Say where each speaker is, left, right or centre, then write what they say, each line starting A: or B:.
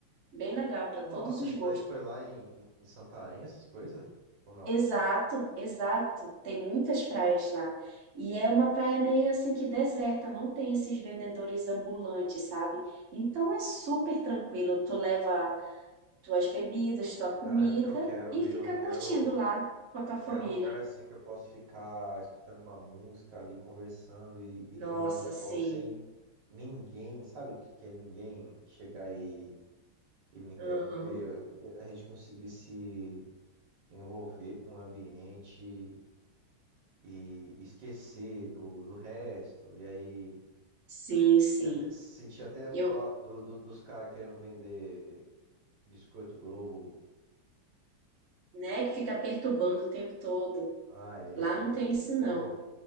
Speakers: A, on the right; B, on the right.
A: Bem legal para todos
B: Nossa,
A: os
B: isso
A: gostos.
B: daí foi lá em, em, em Santarém, essas coisas? Ou não?
A: Exato, exato. Tem muitas praias lá. E é uma praia meio assim que deserta, não tem esses vendedores ambulantes, sabe? Então é super tranquilo. Tu leva tuas bebidas, tua comida
B: Ah, é o que eu quero,
A: e
B: viu?
A: fica
B: Eu quero,
A: curtindo lá com a tua
B: eu
A: família.
B: quero um lugar assim que eu posso ficar escutando uma música ali, conversando e, e
A: Nossa,
B: tomando o sol
A: sim.
B: sem ninguém, sabe? Que, que é ninguém chegar e, e me interromper.
A: Aham.
B: Eu, eu- a gente conseguir se envolver com o ambiente e esquecer do, do resto. E aí,
A: Sim, sim.
B: senti até, senti até falta
A: Eu,
B: do, do- dos caras querendo vender biscoito Globo.
A: né, que fica perturbando o tempo todo.
B: Ah, é,
A: Lá
B: né,
A: não
B: cara?
A: tem isso, não.
B: Pô.